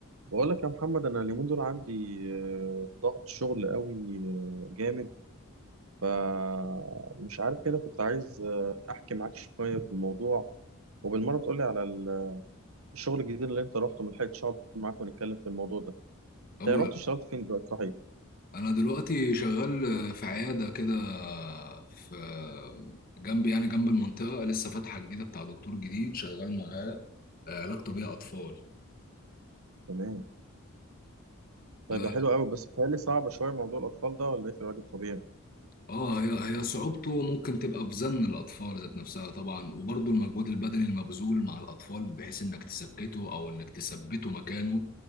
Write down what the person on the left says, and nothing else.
أو
أنا دلوقتي شغال آه، في عيادة كده في آه، جنب يعني جنب المنطقة لسه فاتحة جديدة بتاع دكتور جديد شغال معاه آه، علاج طبيعي أطفال
اه
آه، هي هي صعوبته ممكن تبقى في زن الأطفال ذات نفسها طبعا وبرضه المجهود البدني المبذول مع الأطفال بحيث إنك تسكته أو إنك تثبته مكانه